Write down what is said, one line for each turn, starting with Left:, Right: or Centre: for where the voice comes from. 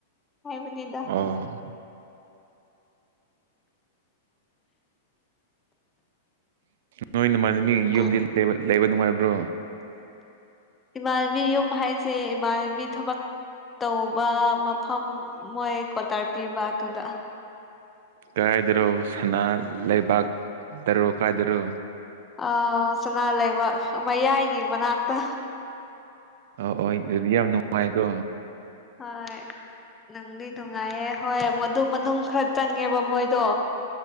Left: ꯍꯥꯏꯕꯅꯤꯗ
Right: ꯑꯣ ꯅꯣꯏ ꯃꯥꯟꯅꯃꯤ ꯌꯨꯝꯗꯤ
Left: ꯎꯝ
Right: ꯂꯩꯕ ꯅꯨꯡꯉꯥꯏꯕ꯭ꯔꯣ
Left: ꯏꯃꯥꯟꯕꯤ ꯌꯨꯝ ꯍꯥꯏꯁꯦ ꯏꯃꯥꯟꯕꯤ ꯊꯕꯛ ꯇꯧꯕ ꯃꯐꯝ ꯃꯣꯏ ꯀꯣꯇꯥꯔ ꯄꯤꯕ ꯑꯗꯨꯗ
Right: ꯀꯥꯏꯗꯔꯣ ꯁꯅꯥ ꯂꯩꯕꯥꯛꯇꯔꯣ ꯀꯥꯏꯗꯔꯣ
Left: ꯑ ꯁꯅꯥ ꯂꯩꯕꯥꯛ ꯃꯌꯥꯏꯒꯤ ꯃꯅꯥꯛꯇ
Right: ꯑ ꯍ ꯑꯗꯨꯗꯤ ꯌꯥꯝ ꯅꯨꯡꯉꯥꯏꯀꯣ
Left: ꯑ ꯅꯪꯗꯤ ꯅꯨꯡꯉꯥꯏꯌꯦ ꯍꯣꯏ ꯃꯗꯨ ꯃꯅꯨꯡ ꯈꯔ ꯆꯪꯉꯦꯕ ꯃꯣꯏꯗꯣ